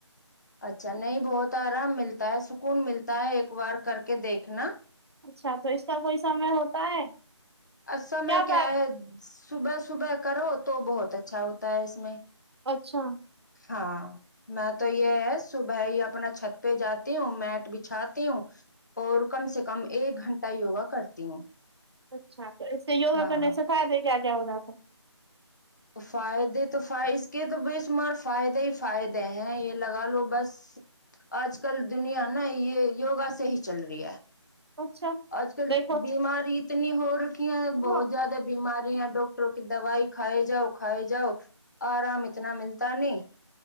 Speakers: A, on the left (about 40°); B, on the right (about 60°).
A: اچھا نہیں بہت آرام ملتا ہے سکون ملتا ہے ایک وار کر کے دیکھنا
B: اچھا تو اس کا کوئی سمے ہوتا ہے
A: سمےکیا
B: کیا فائدہ
A: ہے صبح صبح کرو تو بہت اچھا ہوتا ہے اس میں
B: اچھا
A: ہاں میں تو یہ ہے صبح ہی اپنا چھت پہ جاتی ہوں میٹ بچھاتی ہوں اور کم سے کم ایک گھنٹہ یوگا کرتی ہوں
B: اچھا تو اس سے یوگا
A: ہاں
B: کرنے سے فائدے کیا کیا ہوجاتے ہیں
A: تو فائدے تو فہ اس کے تو بے شمار فائدے ہی فائدے ہیں یہ لگا لو بس آج کل دنیا نا یہ یوگا سے ہی چل رہی ہے
B: ہے اچھا
A: آج کل
B: دیکھو
A: بیماری اتنی ہو رکھی ہیں بہت
B: ہاں
A: زیادہ بیماری ہیں ڈ اکٹر کی دوائی کھائے جاؤ کھائے جاؤ آرام اتنا ملتا نہیں